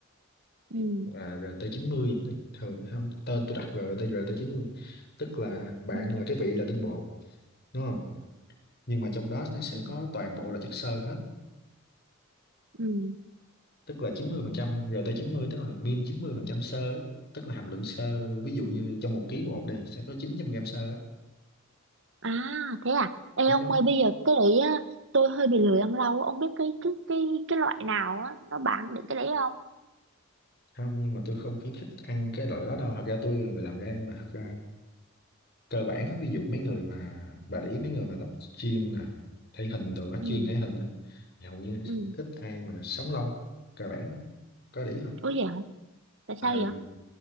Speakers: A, on the right (about 60°); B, on the left (about 50°).
A: ừ
B: là RT90 nó thường không tên tôi đặt là RT90 tức là bạn
A: ừ
B: là cái vị là tinh bột đúng không nhưng mà trong đó nó sẽ
A: ừ
B: có toàn bộ là chất xơ hết
A: ừ
B: tức là 90% chín mươi tức là min 90% xơ á, tức là hàm lượng xơ ví dụ như trong một ký bột đi sẽ có 900 gram xơ á
A: À thế à? Ê
B: giống
A: ông
B: giống
A: ơi bây giờ cái đấy á, tôi hơi bị lười ăn rau, á. ông biết cái cái cái cái loại nào á nó bán được cái đấy không?
B: không nhưng mà tôi không khuyến khích ăn cái loại đó đâu thật ra tôi là người làm ra nhưng mà thật ra cơ bản á, ví dụ mấy người mà bà để ý mấy người mà tập gym nè thể hình đồ á
A: Ừ
B: chuyên thể hình á thì hầu như
A: ừ.
B: ít ai mà sống lâu cơ bản á. có để ý không
A: Ủa vậy hả? Tại
B: Ờ,
A: sao vậy?